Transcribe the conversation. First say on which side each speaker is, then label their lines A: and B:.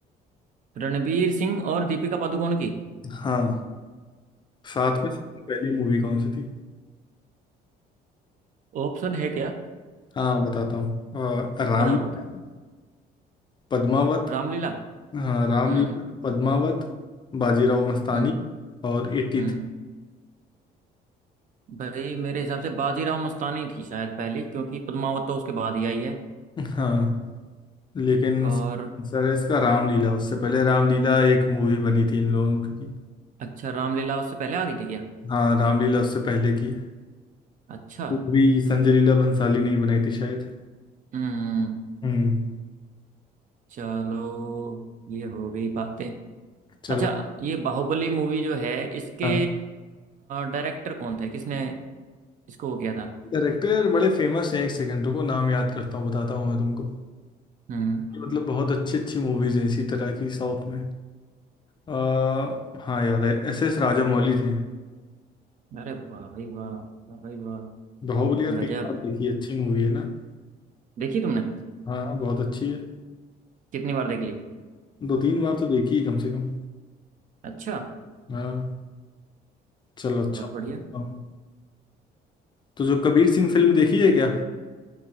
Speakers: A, on the right; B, on the left.
A: रणबीर सिंह और दीपिका पादुकोण की
B: हाँ साथ में सबसे पहली मूवी कौन सी थी
A: ऑप्शन है क्या
B: हाँ बताता हूँ अ, रामलीला
A: बताओ तो
B: पद्मावत
A: रामलीला
B: हाँ रामलीला
A: हम्म
B: पद्मावत बाजीराव मस्तानी
A: हम्म
B: और एट्टी
A: हम्म।
B: थ्री।
A: भाई मेरे हिसाब से बाजीराव मस्तानी थी शायद पहले क्योंकि पद्मावत तो उसके बाद ही आई है
B: हाँ लेकिन
A: और
B: आंसर है इसका रामलीला उससे पहले रामलीला एक मूवी बनी थी इन लोगों की
A: अच्छा रामलीला उससे पहले आ गई थी क्या
B: हाँ रामलीला उससे पहले की है
A: अच्छा
B: वो भी संजय लीला भंसाली ने ही बनाई थी शायद
A: हम्म
B: हम्म
A: चलो ये हो गई बातें
B: चलो
A: अच्छा ये बाहुबली मूवी जो है इसके
B: हाँ
A: डायरेक्टर कौन थे किसने इसको वो किया था
B: डायरेक्टर बड़े फेमस हैं एक सेकंड रुको नाम याद करता हूँ बताता हूँ मैं तुमको
A: हम्म
B: ये मतलब बहुत अच्छी अच्छी मूवीज हैं इसी तरह की साउथ में आ, हाँ याद है एस एस राजामौली थे
A: अरे वाह भाई वाह वाह भाई वाह
B: बाहुबली यार
A: गजब
B: कई बार देखी है, अच्छी मूवी है ना
A: देखी तुमने
B: हाँ हाँ बहुत अच्छी है
A: कितनी बार देख ली
B: दो तीन बार तो देखी है कम से कम
A: अच्छा
B: हाँ चलो अच्छा
A: बहुत
B: पूछता
A: बढ़िया
B: हूँ। तो जो कबीर सिंह फिल्म देखी है क्या